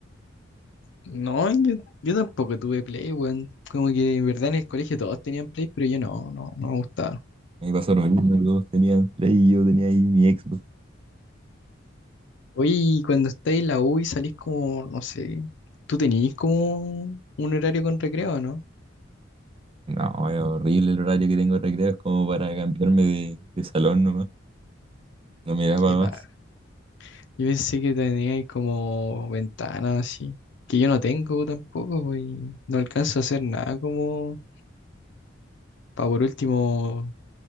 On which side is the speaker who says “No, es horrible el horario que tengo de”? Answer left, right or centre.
Right